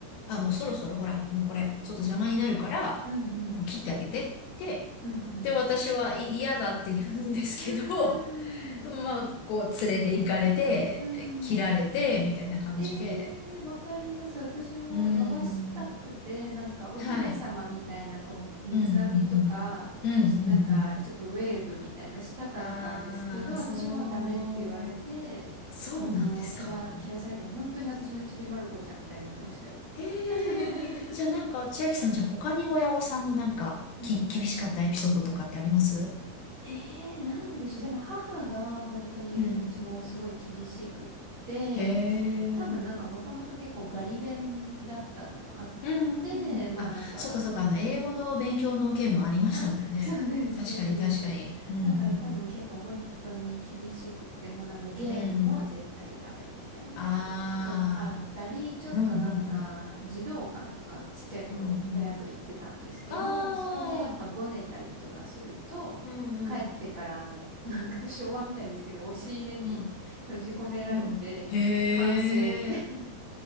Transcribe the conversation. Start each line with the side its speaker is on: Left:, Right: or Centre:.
Left: あ、もうそろそろほら、もうこれ、ちょっと邪魔になるから、
Right: うんうん。
Left: もう切ってあげてって言って、
Right: うんうん。
Left: で、私はい嫌だって言うんですけど、
Right: うーん。
Left: まあ、こう、連れて行かれて、
Right: うー
Left: え切られて、
Right: ん。
Left: みたいな感じで。
Right: ええわかります。私も伸ばしたくて、
Left: うーん。
Right: なんかお姫様みたいな、
Left: はい。
Right: こう、三つ編みとか、
Left: うん、うん、うん。うん、
Right: しなんかちょっとウェーブみたいなしたかったんですけど、
Left: うん、うん。ああ、
Right: 私もダメって言われて、
Left: そう。そうなんですか。
Right: あの、切ら、切らされても、本当に私もちびまる子ちゃんみたいになってましたよ。
Left: ええ、
Right: <laughs>
Left: え、じゃあなんか、千秋さん、じゃあ他に親御さんのなんか、
Right: うん。
Left: き、厳しかったエピソードとかってあります
Right: ええなんでしょう。でも母が本当にうちもすごい厳しくって、
Left: うん。へえ。うん
Right: 多分なんかもともと結構ガリ勉だったのもあっ
Left: うんうん。
Right: て、まあなんか、
Left: あ、そっかそっか、あの、英語の勉強の件もありましたもんね。
Right: <laughs> そうです、
Left: 確かに確かに。
Right: そうです。
Left: うん
Right: だから多分結構本当に厳しくて、もうなんかゲームも絶対ダメみたいな
Left: うんうん。うんあ
Right: のがあったり、ちょっとなんか児童館とかちっちゃい頃親と行ってたんですけど、
Left: あ、うんうんうん、うんうん。ああ、
Right: そこでやっぱごねたりとかすると、
Left: うんうん、
Right: 帰ってからあの、<laughs> なんか昭和みたいですけど、押し入れに閉じ込められて、
Left: うん、うん。へえ、
Right: 反省みたいな